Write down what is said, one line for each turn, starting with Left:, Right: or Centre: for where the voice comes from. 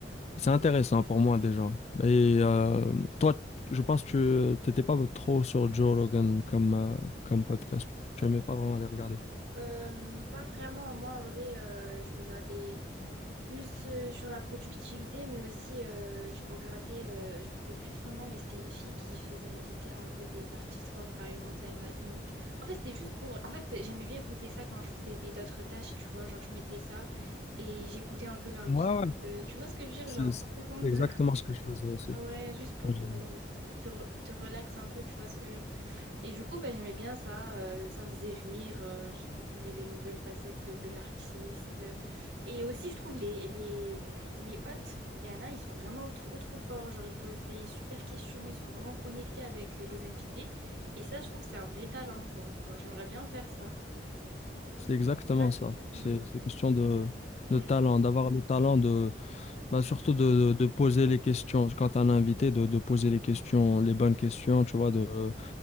Left: c'est intéressant pour moi déjà. Et euh, toi, je pense que tu t'étais pas trop sur Joe Rogan comme, euh, comme podcast. Tu n'aimais pas vraiment les regarder.
Right: Euh, pas vraiment. Moi, en vrai, euh, je regardais plus euh, sur la productivité, mais aussi euh, je regardais, euh, je me rappelle plus son nom, mais c'était une fille qui faisait inviter un peu des artistes comme par exemple Zayn Malik. En fait, c'était juste pour. En fait, j'aimais bien écouter ça quand je faisais des d'autres tâches, tu vois. Genre, je mettais ça et j'écoutais un peu leur
Left: Ouais,
Right: vie.
Left: ouais.
Right: Euh, tu vois ce que je veux dire?
Left: C'est
Right: Genre,
Left: c'est
Right: pas besoin de.
Left: exactement ce que je faisais aussi.
Right: <laughs> Ouais, juste pour
Left: Je-
Right: euh, te, re- te relaxer un peu, tu vois ce que je. Et du coup, bah, j'aimais bien ça, euh, ça me faisait rire, euh, je découvrais des nouvelles facettes de, de l'artiste. Et aussi, je trouve les, les, mm, les hôtes, il y en a, ils sont vraiment trop trop forts, genre ils posent des super questions, ils sont vraiment connectés avec euh, les invités. Et ça, je trouve, c'est un vrai talent, genre j'aimerais bien faire ça.
Left: C'est exactement
Right: Bah,
Left: ça. C'est
Right: Et-
Left: c'est question de,
Right: Mm,
Left: de talent, d'avoir le talent de
Right: exactement.
Left: Bah, surtout de, de, de poser les questions, quand tu as un invité, de, de poser les questions, les bonnes questions, tu vois, de,